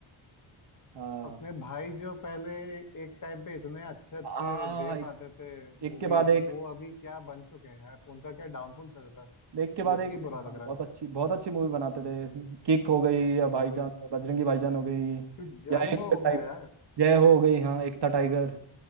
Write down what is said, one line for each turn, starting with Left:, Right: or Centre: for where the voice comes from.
Right: <laughs> हाँ
Left: अपने भाई जो पहले एक टाइम पे इतने अच्छे अच्छे
Right: हाँ
Left: दे
Right: एक,
Left: पाते थे
Right: एक
Left: मूवीज
Right: के बाद एक
Left: वो अभी क्या बन चुके हैं यार उनका क्या डाउनफॉल चल रहा है
Right: देख के बाद
Left: देख
Right: एक
Left: के ही बुरा
Right: हाँ,
Left: लग रहा
Right: बहुत
Left: है
Right: अच्छी बहुत अच्छी मूवी बनाते थे किक हो गई या भाईजान
Left: जी
Right: बजरंगी भाईजान हो गई
Left: फिर जय
Right: या एक
Left: हो
Right: था
Left: हो
Right: टाइगर
Left: गया यार
Right: जय हो गई हाँ एक था टाइगर